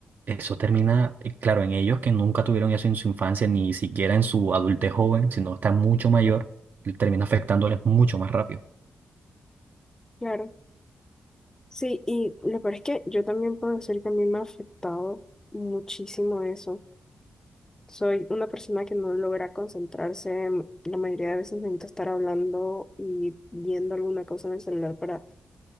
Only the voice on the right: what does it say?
eso termina, eh, claro, en ellos que nunca tuvieron eso en su infancia, ni siquiera en su adultez joven, sino está mucho mayor, y termina afectándoles mucho más rápido.